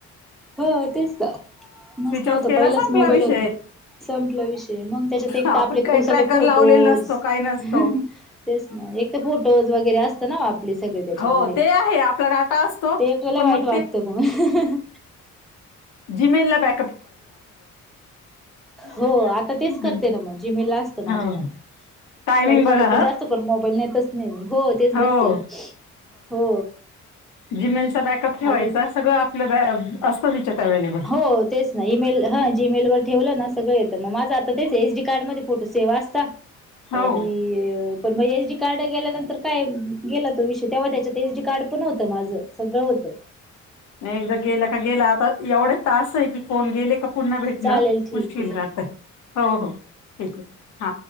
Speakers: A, in the centre; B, on the left.
A: ह तेच ना मस्त
B: स्विच ऑफ
A: होत
B: केला
A: पहिलाच
B: संपला
A: मोबाईल
B: विषय
A: होता संपला विषय मग त्याच्यात एक
B: आपण
A: तर आपले
B: काही ट्रॅकर
A: सगळे फोटोज
B: लावलेला नसतो
A: तेच
B: काही नसतो
A: ना एक तर फोटोज वगैरे असत ना आपले सगळे त्याच्यामध्ये.
B: हो ते आहे आपला डाटा असतो
A: ते आपल्याला
B: पण
A: वाईट
B: मग
A: वाटत मग हाहाहाहाहा
B: जीमेला बॅ हम्म.
A: हो आता तेच करते ना मग जिमेला असत
B: हो
A: माझे मग.
B: टायमिंग
A: परत
B: बघा
A: राहते
B: हा
A: पण जास्त करू मोबाईल नेतच नाही मी हो तेच
B: हो
A: बघते हो
B: जीमेल बॅकअप ठेवायच
A: अजून
B: सगळं आपलं असतं त्याच्यात अव्हेलेबल.
A: हो तेच ईमेल हा जीमेल वर ठेवलं ना सगळं य तर मग माझं आता तेच एच डी कार्ड मध्ये फोटो सेव असता.
B: हो
A: आणि पण म एस डी कार्ड गेल्यानंतर काय गेला तो विषय तेव्हा त्याच्यात एस डी कार्ड पण होत माझं सगळं होत
B: नाही एकदा गेला का गेला आता एवढे तास आहे की फोन गेले का पुन्हा भेटणं
A: चालेल ठीक
B: मुश्किल
A: आहे
B: राहत हो हो ठीक आहे हा